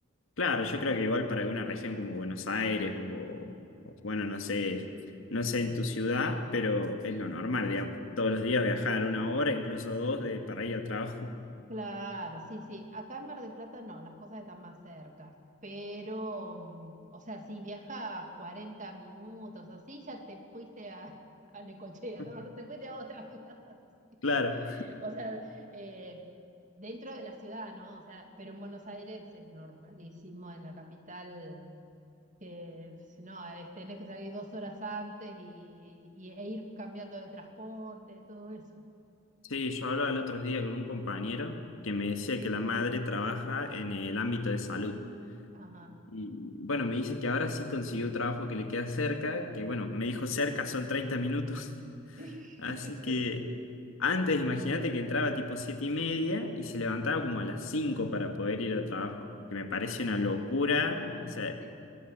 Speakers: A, on the left (about 75°); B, on the right (about 35°).
A: claro, yo creo que igual para una región como Buenos Aires o, o, bueno, no sé, no sé
B: sí.
A: en tu ciudad, pero es lo normal, digamos. Todos los días viajar una hora, incluso dos, de, para ir al trabajo.
B: Claro, sí, sí. Acá en Mar del Plata no, las cosas están más cerca. Pero, mm, o sea, si viajas 40 minutos así, ya te fuiste a, <laughs> a Necochea,
A: <laughs>
B: ¿no? No te fuiste a otra ciudad. <laughs>
A: Claro.
B: O sea, eh, dentro de la ciudad, ¿no? O sea, pero en Buenos Aires es normalísimo, en la capital, que si no, es- tenés que salir dos horas antes y, y- e ir cambiando de transporte, todo eso.
A: Sí, yo hablaba el otro día con un compañero que me decía que la madre trabaja en el ámbito de salud.
B: Ajá.
A: Y bueno, me dice que ahora sí consiguió un trabajo que le queda cerca, que bueno, me dijo cerca son 30 minutos.
B: <laughs>
A: Así
B: Sí.
A: que antes imagínate que entraba tipo siete y media y se levantaba como a las 5 para poder ir al trabajo, que me parece
B: Ah,
A: una locura,
B: no,
A: o
B: no,
A: sea,
B: sí,